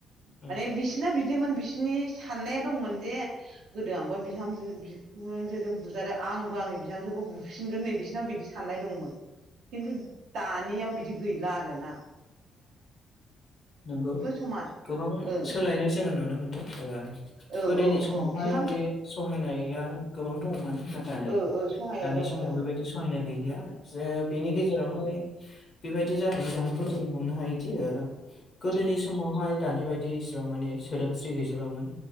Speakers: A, on the left (about 45°); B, on the right (about 80°).
A: उम
B: माने बिसिना बिदिमोन बिसिनि साननाया दंमोन जे गोदो आंबा बिहामजो बिखुनजोजों बुजादों आंबो आंनि बिहामजोखौ बुफिनगोन नै बिसोरनाव बिदि साननाय दंमोन। खिन्थु दानियाव बिदि गैला आरो ना।
A: नंगौ
B: समान
A: गोबां
B: ओं
A: सोलायनाय जोङो नुनो मोनदों। ओ
B: औ
A: गोदोनि
B: औ
A: समावहाय
B: औ बिहाम
A: बे सहायनाया गोबां दंमोन ना दानि
B: ओ ओ सहायनाय दंमोन
A: समाव
B: औ
A: बेबायदि सहायनाय गैलिया जे बिनि गेजेरावहाय बेबायदि जानायनि जाहोन जों हमनो हायोदि गोदोनि समावहाय दानि बायदि एसेबां माने सोदोमस्रि गैजोबामोन।